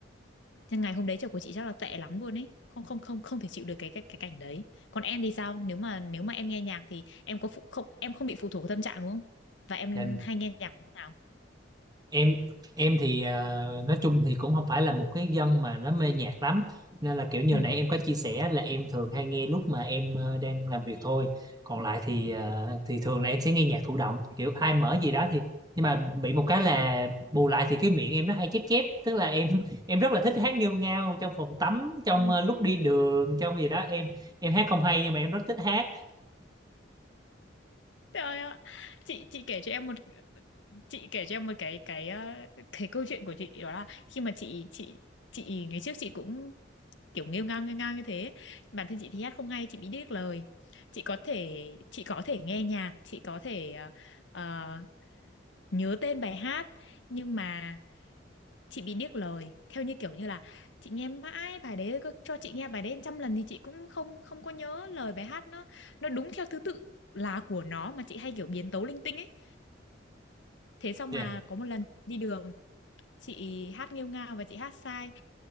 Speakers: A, on the left; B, on the right.
A: chắc ngày hôm đấy trời của chị chắc là tệ lắm luôn ấy. Không không không không thể chịu được cái cái cái cảnh đấy. Còn em thì sao? Nếu mà nếu mà em nghe nhạc thì em có phụ, không em không bị phụ thuộc vào tâm trạng đúng không? Và em
B: dạ
A: hay nghe nhạc lúc nào?
B: em em thì ờ, nói chung thì cũng không phải là một cái dân mà nó mê nhạc lắm nên là kiểu như
A: Ừ.
B: nãy em có chia sẻ là em thường hay nghe lúc mà em ờ, đang làm việc thôi còn lại thì ờ, thì thường là em sẽ nghe nhạc thụ động kiểu ai mở gì đó thì nhưng mà bị một cái là bù lại thì cái miệng em nó hay chép chép tức là em <laughs> em rất là thích hát nghêu ngao trong phòng tắm trong
A: Ừ.
B: ờ, lúc đi đường trong gì đó em em hát không hay nhưng mà em rất thích hát
A: Trời ơi, chị chị kể cho em một chị kể cho em một cái cái ờ, cái câu chuyện của chị đó là khi mà chị chị chị ngày trước chị cũng kiểu nghêu ngao nghêu ngao như thế bản thân chị thì hát không hay chị bị điếc lời chị có thể chị có thể nghe nhạc chị có thể ờ, ờ, nhớ tên bài hát nhưng mà chị bị điếc lời theo như kiểu như là chị nghe mãi bài đấy có cho chị nghe bài đấy trăm lần thì chị cũng không không có nhớ lời bài hát nó nó đúng theo thứ tự là của nó mà chị hay kiểu biến tấu linh tinh ấy thế xong
B: Dạ.
A: mà có một lần đi đường chị hát nghêu ngao và chị hát sai